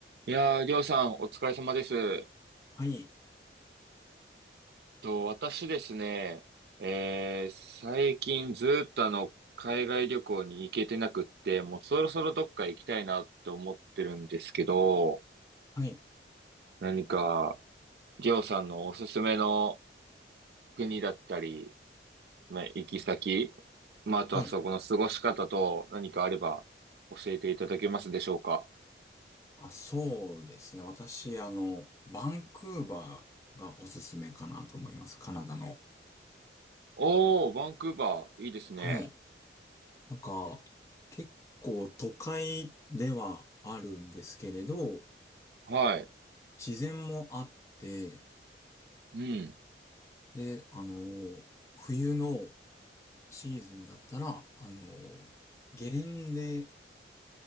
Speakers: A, on the right (about 65°); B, on the left (about 15°).
A: いやー、りょうさん、お疲れ様です。えっ
B: はい、
A: と、私ですね、えー、最近ずーっとあの、海外旅行に行けてなくって、もうそろそろどっか行きたいなって思ってるんですけど、
B: はい、
A: 何か、りょうさんのおすすめの国だったり、まあ、行き先、まあ、あとはそこの過ごし方と何かあれば教えていただけますでしょうか。
B: はい。あ、そうですね。私、あの、バンクーバーがおすすめかなと思います。カナダの。
A: おー、バンクーバー、いいですね。
B: はい。なんか、結構都会ではあるんですけれど、
A: はい。
B: 自然もあって、
A: うん、
B: で、あの、冬のシーズンだったら、あの、ゲレンデ